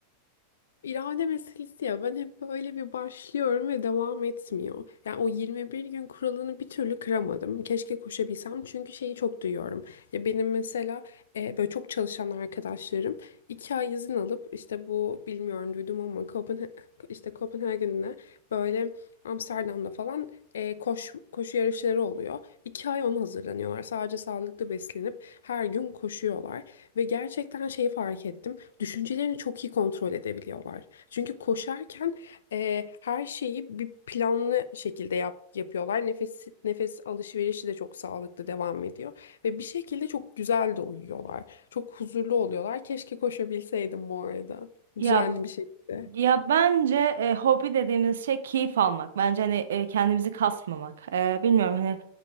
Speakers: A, on the left (about 65°); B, on the right (about 60°).
A: İrade meselesi ya ben hep böyle bir başlıyorum ve devam etmiyor. Yani o 21 gün kuralını bir türlü kıramadım. Keşke koşabilsem çünkü şeyi çok duyuyorum. Ya benim mesela e, böyle çok çalışan arkadaşlarım 2 ay izin alıp işte bu bilmiyorum duydum ama Kopenha işte Kopenhagen'de böyle Amsterdam'da falan e, koş, koşu yarışları oluyor. 2 ay ona hazırlanıyorlar. Sadece sağlıklı beslenip her gün koşuyorlar. Ve gerçekten şeyi fark ettim düşüncelerini çok iyi kontrol edebiliyorlar. Çünkü koşarken e, her şeyi bir planlı şekilde yap, yapıyorlar. Nefes nefes alışverişi de çok sağlıklı devam ediyor ve bir şekilde çok güzel de uyuyorlar. Çok huzurlu oluyorlar. Keşke koşabilseydim bu arada.
B: Ya.
A: Düzenli bir şekilde.
B: Ya bence e, hobi dediğimiz şey keyif almak. Bence hani e, kendimizi kasmamak. E, bilmiyorum hani